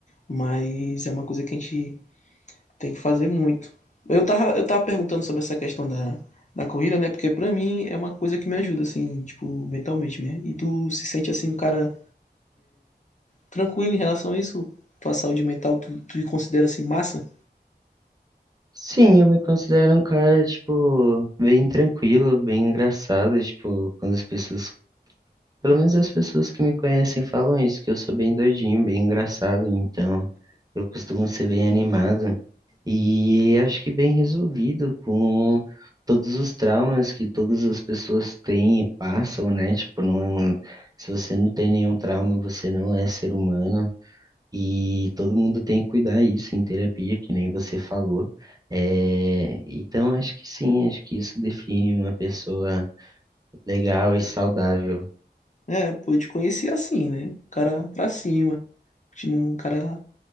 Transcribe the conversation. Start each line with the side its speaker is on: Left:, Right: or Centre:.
Left: mas é uma coisa que a gente tem que fazer muito. Eu tava, eu tava perguntando sobre essa questão da, da corrida, né? Porque pra mim é uma coisa que me ajuda, assim, tipo, mentalmente, né? E tu se sente assim, um cara tranquilo em relação a isso? Tua saúde mental, tu, tu considera assim massa?
Right: Sim, eu me considero um cara, tipo, bem tranquilo, bem engraçado, tipo, quando as pessoas, pelo menos as pessoas que me conhecem falam isso, que eu sou bem doidinho, bem engraçado, então eu costumo ser bem animado e acho que bem resolvido com todos os traumas que todas as pessoas têm e passam, né? Tipo, não, se você não tem nenhum trauma, você não é ser humano. E todo mundo tem que cuidar isso em terapia, que nem você falou. É, então, acho que sim, acho que isso define uma pessoa legal e saudável.
Left: É, pô, te conheci assim, né? O cara pra cima. Tipo, um cara